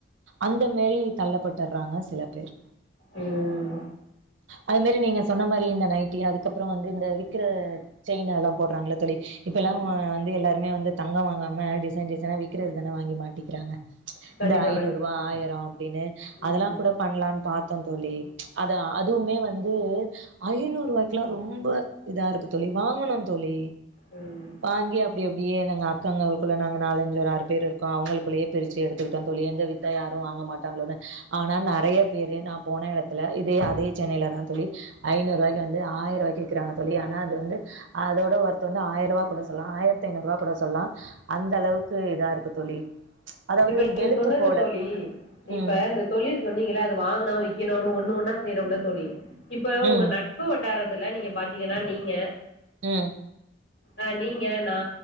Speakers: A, on the right; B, on the left.
A: அந்த மாரி தள்ளப்பட்டர்றாங்க சில பேர்
B: ம்
A: அது மாரி நீங்க சொன்ன மாரி இந்த நைட்டி அதுக்கப்புறோ வந்து இந்த விக்கிற செயினு அல்லா போட்றாங்ல தோழி இப்பெல்லா
B: ம்.
A: வ வந்து எல்லாருமே வந்து தங்கோ வாங்காம டிசைன் டிசைனா விக்கிறது தானே வாங்கி மாட்டிக்கிறாங்க
B: கண்டிப்பா
A: இந்த ஐநூறூவா
B: கண்டிப்பா
A: ஆயிரோ அப்புடீனு அதெல்லா
B: ம்,
A: கூட பண்லான் பாத்தோந் தோழி அதா அதுவுமே வந்து ஐநூறுவாய்க்கிலா ரொம்ப இதா இருக்கு தோழி வாங்கணு தோழி
B: ம்
A: வாங்கி அப்டி அப்டியே நாங்க அக்காங்களுக்குள்ள நாங்க நாலஞ்சு ஒரு ஆறு பேர் இருக்கு அவுங்களுக்குள்ளயே பிரிச்சு எடுத்துக்கிட்டோ தோழி எங்க வித்தா யாரு வாங்க மாட்டாங்களோனு ஆனா நெறைய பேரு நா போன எடத்துல இதே அதே சென்னையிலதா தோழி ஐநூறுவாய்க்கு வந்து ஆயிருவாய்க்கு விக்கிறாங்க தோழி ஆனா அது வந்து அதோட ஒர்த்து வந்து ஆயிருவா கூட சொல்லா ஆயிரத்தி ஐநூறுவா கூட சொல்லா அந்த அளவுக்கு இதா இருக் கு தோழி அதாவது
B: இப்ப நீங்க
A: வெளுத்து
B: சொன்னது
A: போல.
B: தோழி இப்ப
A: ம்.
B: இந்த தொழில் சொன்னீங்கள அது வாங்கனு விக்கணுனு ஒன்னு ஒன்னா செய்யறோம்ல தோழி இப்ப உங்க
A: ம்.
B: நட் பு வட்டாரத்துல நீங்க பாத்தீங்கன்னா நீங்க
A: ம்
B: அ நீங்க நா